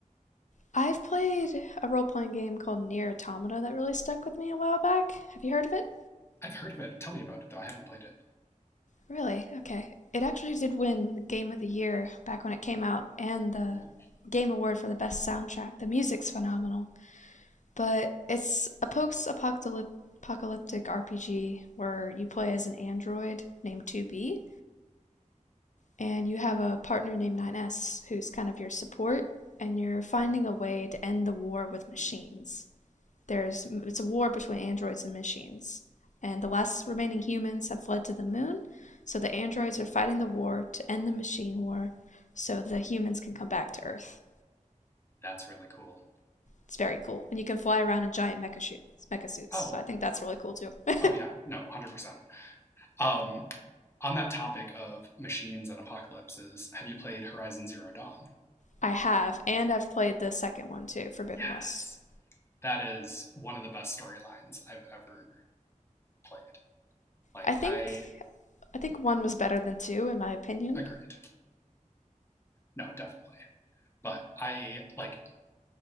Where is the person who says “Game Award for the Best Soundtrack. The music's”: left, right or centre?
Left